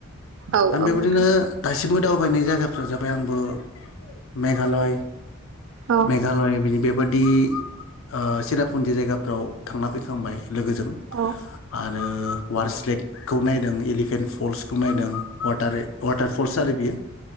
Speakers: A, on the right; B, on the left.
A: औ
B: दा
A: औ
B: बेबादिनो
A: नोंथां
B: दासिमबो दावबायनाय जायगाफ्रा जाबाय आंबो मेघालय
A: औ
B: मेघालय बिनि बेब बोदि ओ सिराफुन्जि जायगाब फोराव थांना फैखांबाय। लोगोजों
A: औ
B: आरो वास लेकखौ नायदों एलिफेन्ट फल्सखौ नायदों। वाटार वाटार फल्स आरो बियो